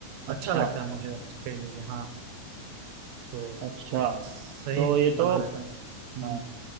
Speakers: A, on the right; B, on the right.
A: अच्छा
B: अच्छा
A: लगता है मुझे कह लीजिए हाँ तो
B: अच्छा
A: सही
B: तो ये
A: बना
B: तो
A: रहता है हम्म
B: हाँ